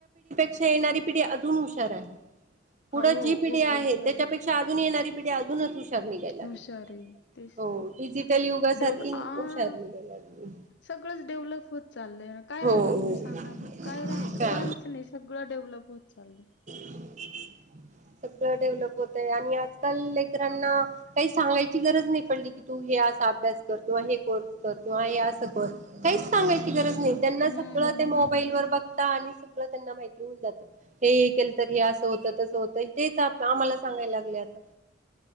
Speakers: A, on the right; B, on the left.
A: शा येणारी पिढी अजून हुशार हाय. पुढं
B: हो,
A: जी पिढी
B: खूप
A: आहे
B: हुशार
A: त्याच्यापेक्षा अजून येणारी पिढी अजूनच हुश शार निघायलाग
B: हुशार आहे. तेच
A: हो
B: तर.
A: डिजिटल युगासारखी
B: डेव्ह
A: न
B: आ
A: हुशार निघायलाग
B: सगळंच डेव्हलप होत चाललंय ना काय राहिलं
A: हो
B: तुम्ही सांगा ना काय राहिल
A: का
B: काहीच नाही सगळं डेव्हलप होत चाललंय.
A: <unintelligible> सगळं डेव्हलप होतय आणि आजकाल लेकरांना काई सांगायची गरज नही पडली की तु हे आस अभ्यास कर तू आ हे कोर्स कर किंवा हे असं कर काहीच सांगायची गरज नही. त्यांना
B: हं.
A: सगळं ते मोबाईल वर बघता आणि सगळं त्यांना माहिती होऊन जात हे केल तर हे असं होतं तसं होतं तेच आप आम्हाला सांगायल लागले आता